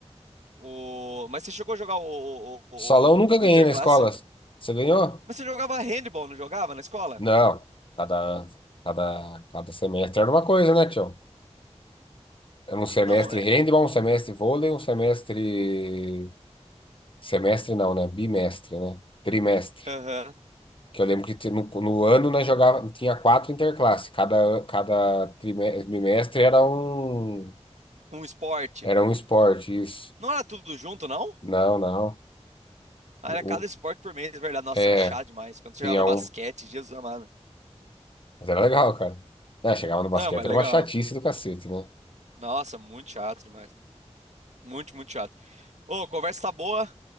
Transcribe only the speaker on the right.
O... Mas você chegou a jogar o, o,
o,
o Interclasse?
Mas você jogava handball, não jogava na escola?
Não, é...
aham.
Um esporte.
Não era tudo junto, não?
Ah,
era cada esporte por mês, é verdade. Nossa,
era chato demais. Quando você
jogava no basquete,
Jesus amado.
Não, mas
legal.
Nossa, muito chato demais. Muito, muito chato. Ô, a conversa tá boa,